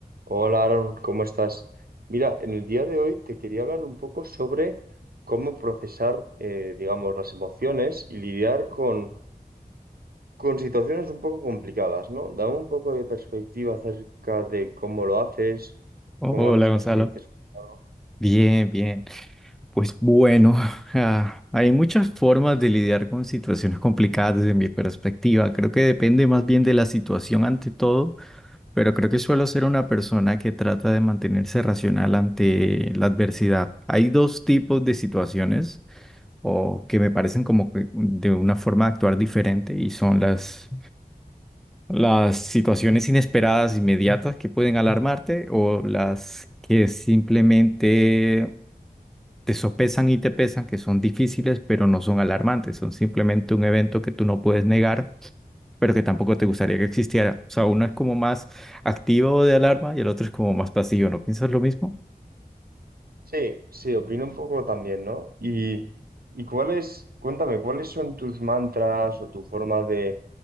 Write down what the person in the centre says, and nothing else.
Hola
Gonzalo.
Bien, bien. Pues bueno, <laughs> ah, hay muchas formas de lidiar con situaciones complicadas desde mi perspectiva. Creo que depende más bien de la situación ante todo, pero creo que suelo ser una persona que trata de mantenerse racional ante la adversidad. Hay dos tipos de situaciones o que me parecen como que de una forma de actuar diferente y son las las situaciones inesperadas, inmediatas que pueden alarmarte o las que simplemente te sopesan y te pesan, que son difíciles, pero no son alarmantes, son simplemente un evento que tú no puedes negar, pero que tampoco te gustaría que existiera. O sea, uno es como más activo de alarma y el otro es como más pasivo. ¿No piensas lo mismo?